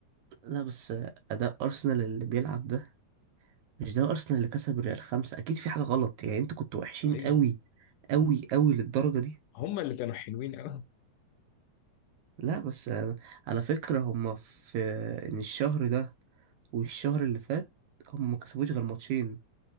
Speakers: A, on the right; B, on the left.
A: لا بس أداء أرسنال اللي بيلعب ده مش ده ارسنال اللي كسب ريال خمسة اكيد في حاجة غلط يعني انتوا كنتوا وحشين
B: ايوه
A: قوي قوي قوي للدرجة دي
B: هما اللي كانوا حلوين قوي
A: لا بس آه، على فكرة هما في ان الشهر ده والشهر اللي فات هما ما كسبوش غير ماتشين